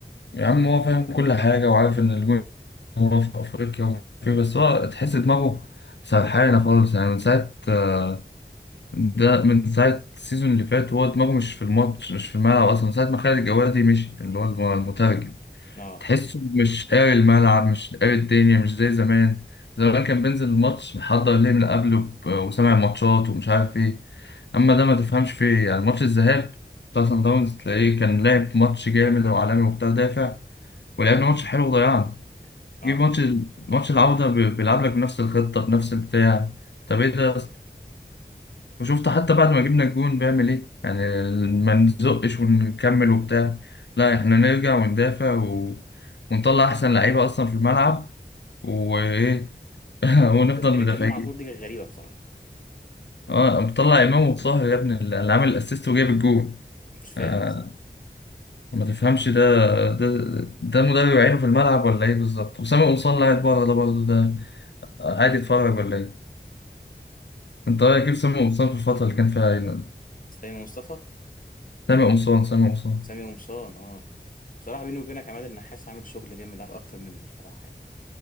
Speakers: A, on the left; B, on the left.
A: يا عم هو فاهم كل حاجة وعارف إن الجون هو في أفريقيا ومش عارف إيه، بس هو تحس دماغه سرحانة خالص يعني من ساعة آه، ده من ساعة السيزون اللي فات هو دماغه مش في الماتش مش في الملعب أصلا من ساعة ما خالد الجوادي مشي اللي هو الم- المترجم
B: اه
A: تحسه مش قاري الملعب مش قاري الدنيا مش زي زمان زمان كان بينزل الماتش محضر ليه من قبله ب- وسامع ماتشات ومش عارف ايه اما ده ما تفهمش فيه إيه. يعني ماتش الذهاب بتاع سان داونز تلاقيه كان لعب ماتش جامد وعالمي وبتاع دافع ولعبنا ماتش حلو وضيعنا
B: اه
A: جيب ماتش ماتش العودة ب- بيلعب لك بنفس الخطة بنفس البتاع طب ايه ده وشفت حتى بعد ما جبنا الجون بيعمل ايه يعني ما نزقش ونكمل وبتاع لا احنا نرجع وندافع و... ونطلع احسن لعيبه اصلا في الملعب وايه <laughs> ونفضل
B: تبديلة
A: مدافعين
B: امام عاشور دي كانت غريبة بصراحة
A: اه مطلع امام وطاهر يا ابني اللي عامل الاسيست وجايب الجون
B: مش فاهم
A: آه
B: بصراحة
A: ما تفهمش ده ده ده مدرب عينه في الملعب ولا ايه بالظبط وسامي قمصان اللي قاعد بره ده برضه ده قاعد يتفرج ولا ايه انت رايك كيف سامي قمصان في الفتره اللي كان فيها عينه
B: سامي مصطفى
A: سامي قمصان سامي قمصان
B: سامي قمصان اه بصراحة بيني وبينك عماد النحاس عامل شغل جامد اكتر منه بصراحة يعني